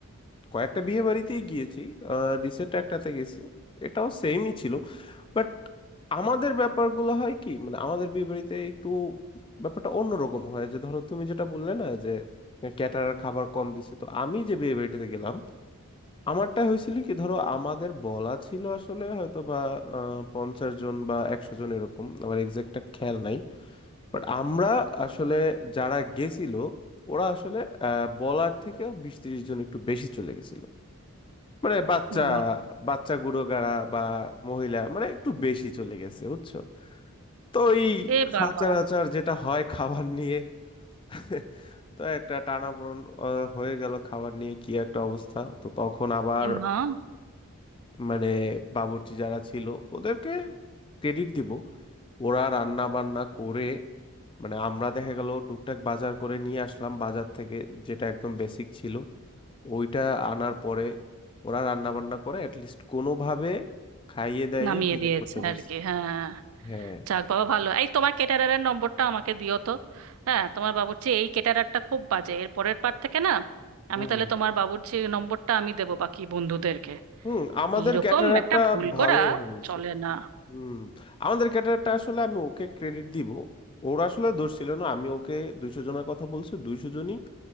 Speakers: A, on the left; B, on the right.
A: কয়েকটা বিয়ে বাড়িতেই গিয়েছি রিসেন্ট একটাতে গেছি এটাও সেমই ছিল বাট আমাদের ব্যাপারগুলো হয় কি মানে আমাদের বিয়ে বাড়িতে একটু ব্যাপারটা অন্যরকম হয় যে ধরো তুমি যেটা বললে না যে ক্যাটারার খাবার কম দিছে তো আমি যে বিয়ে বাড়িটাতে গেলাম আমারটা হয়েছিল কি ধরো আমাদের বলা ছিল আসলে হয়তো বা পঞ্চাশ জন বা একশো জন এরকম আমার এক্সাক্টটা খেয়াল নাই বাট আমরা আসলে যারা গেছিল ওরা আসলে আহ, বলার থেকেও বিশ ত্রিশ জন একটু বেশি চলে গেছিল মানে বাচ্চা
B: মা
A: বাচ্চা গুড়োকারা বা মহিলা মানে একটু বেশি চলে গেছে বুঝছো তো এই
B: এ বাবা
A: সচরাচর যেটা হয় খাবার নিয়ে <laughs> তো একটা টানাপোড়েন আহ, হয়ে গেল খাবার নিয়ে কি একটা অবস্থা তো তখন আবার
B: এ মা
A: মানে বাবুর্চি যারা ছিল ওদেরকে ক্রেডিট দিব ওরা রান্না বান্না করে মানে আমরা দেখা গেল টুকটাক বাজার করে নিয়ে আসলাম বাজার থেকে যেটা একদম বেসিক ছিল ওইটা আনার পরে ওরা রান্না বান্না করে অ্যাটলিস্ট কোনোভাবে খাইয়ে দাইয়ে
B: নামিয়ে
A: বিদায়
B: দিয়েছে
A: করতে পারছে
B: আর কি হ্যাঁ
A: হ্যাঁ
B: যাক বাবা ভালো এই তোমার ক্যাটারারের নম্বরটা আমাকে দিও তো হ্যাঁ তোমার বাবুর্চি এই ক্যাটারারটা খুব বাজে এর পরের বার থেকে না
A: হুম
B: আমি তাহলে
A: হুম
B: তোমার বাবুর্চি নম্বরটা আমি দেবো বাকি বন্ধুদেরকে
A: হুম, আমাদের
B: এইরকম
A: ক্যাটারারটা
B: একটা ভুল
A: ভালোই
B: করা
A: হয়েছে
B: চলে না
A: হুম আমাদের ক্যাটারারটা আসলে আমি ওকে ক্রেডিট দিব ওর আসলে দোষ ছিল না আমি ওকে দুইশো জনের কথা বলছি দুইশো জনই